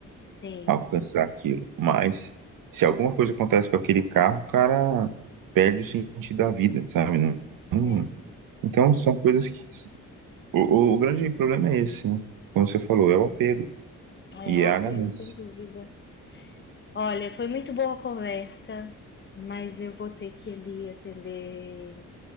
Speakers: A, on the left (about 35°); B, on the right (about 80°).
A: <laughs> sim,
B: alcançar aquilo, mas se alguma coisa acontece com aquele carro, o cara perde o sentido da vida, sabe? Não- não-
A: é.
B: então são coisas que o, o- o grande problema é esse, né? Como você falou, é o apego
A: É
B: e
A: um apego,
B: é a ganância.
A: sem dúvida. Olha, foi muito boa a conversa, mas eu vou ter que ali atender,